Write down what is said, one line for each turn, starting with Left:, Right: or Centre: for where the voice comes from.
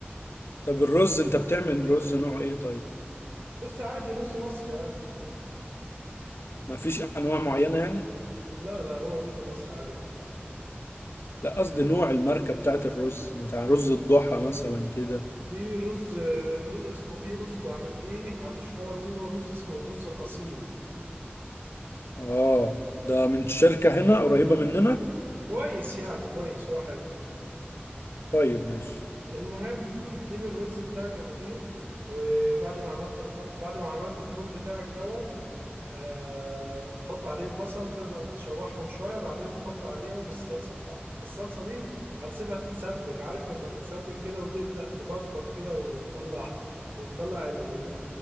Left: طب الرز انت بتعمل رز نوعه ايه طيب
Right: رز عادي رز مصري عادي
Left: ما فيش انواع معينة يعني
Right: لا لا هو رز مصري عادي خالص
Left: لا قصدي نوع الماركة بتاعت الرز بتاع رز الضحى مثلا كده
Right: في رز رز اسمه في رز بعمل بيه عندي شكارة منه رز اسمه الرز الأصيل
Left: اه ده من شركة هنا قريبة مننا
Right: كويس يعني كويس هو حلو
Left: طيب ماشي
Right: المهم بتجيب الرز بتاعك يا مدير وبعد ما عملت الخلط بعد ما عملت التوم بتاعك دوت آه، تحط عليه البصل تقدر تشوحهم شوية بعدين تحط عليهم الصلصة بتاعتك الصلصة دي هتسيبها تتسبك عارف لما تتسبك كده وتبدأ تبقبق كده وتطلع <laughs> وتطلع ال- ال-